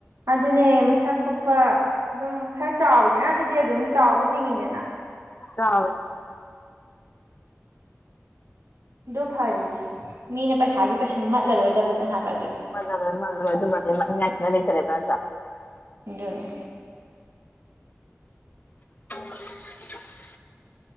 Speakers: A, on the right; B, on the left.
A: ꯑꯗꯨꯅꯦ ꯃꯁꯛ ꯊꯣꯛꯄ ꯑꯗꯨꯝ ꯈꯔ ꯆꯥꯎꯋꯤꯗꯅ ꯑꯗꯨꯗꯤ ꯑꯗꯨꯝ ꯆꯥꯎꯕ ꯆꯤꯡꯉꯤꯗꯅ
B: ꯌꯥ
A: ꯑꯗꯨ ꯐꯔꯤꯅꯦ ꯃꯤꯅ ꯄꯩꯁꯥꯁꯨ ꯀꯩꯁꯨꯝ ꯃꯠꯂꯔꯣꯏꯗꯕꯅꯦ ꯍꯥꯏꯕ ꯑꯗꯨ
B: ꯃ ꯃ ꯑꯗꯨ ꯃꯆ ꯃ ꯂꯩꯇꯔꯦꯕ꯭ꯔ
A: ꯑꯗꯨꯅꯦ
B: ꯎ